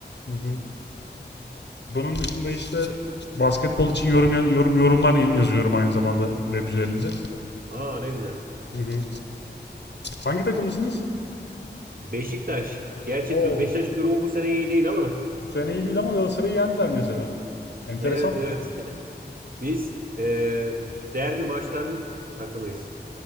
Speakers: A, on the left (about 80°); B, on the right (about 55°).
A: Hı hı. Bunun dışında işte basketbol için yorum ya- yorum yorumlar yazıyorum aynı zamanda web üzerinde.
B: Aa ne güzel.
A: Hı hı. Hangi takımlısınız?
B: Beşiktaş. Gerçi
A: Oo,
B: du- Beşiktaş'ın durumu bu sene iyi değil ama.
A: bu sene iyi değil ama Galatasaray'ı yendiler mesela. Enteresan
B: Evet evet.
A: bir takım.
B: <laughs> Biz e, derbi maçlarının takımıyız.